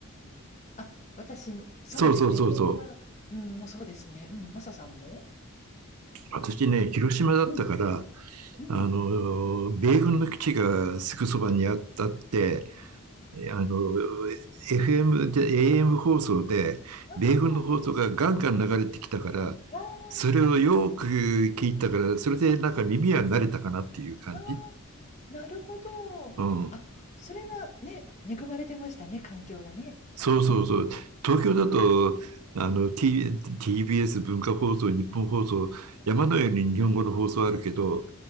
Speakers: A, on the left (about 30°); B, on the right (about 85°).
A: あ、私そうですね、
B: そうそうそうそう。
A: 私はうん、もうそうですね。うん、マサさんも？
B: 私ね、広島だったから、
A: うん、うん。
B: あの、米軍の基地がすぐそばにあったって、あの、FM で、AM 放送で、
A: あ
B: 米軍の放送がガンガン流れてきたから、
A: あ、あ
B: それをよく聞いたから、それでなんか耳は慣れたかなっていう感じ。
A: あ、ああ、なるほど。
B: うん。
A: あ、それはね、恵まれてましたね、環境がね。
B: そうそうそう。
A: うん。
B: 東京だと、
A: うん。
B: あの、T、TBS 文化放送、日本放送、山のように日本語の放送あるけど、